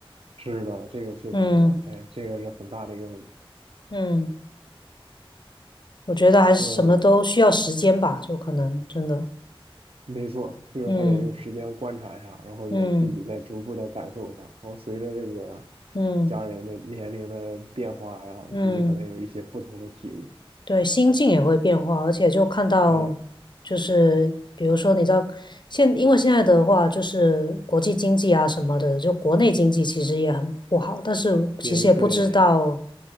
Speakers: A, on the right (about 75°); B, on the left (about 50°).
A: 是的，这个确实是，
B: 嗯
A: 哎，这个是很大的一个问题。
B: 嗯，我觉得还是什么都需要时间吧，
A: 呃，
B: 就可能真的，
A: 没错，就是还得用时间观察一下，
B: 嗯
A: 然后也自己再逐步的感受一下。
B: 嗯。
A: 然后随着这个
B: 嗯
A: 家人的年龄的变化呀，
B: 嗯，
A: 自己可能有一些不同的体悟。
B: 对，心境也会变化，而且就看到，
A: 是的，
B: 就是比如说，你知道，现因为现在的话，就是国际经济啊什么的，就国内经济其实也很不好，但是其实也不知道，
A: 也对，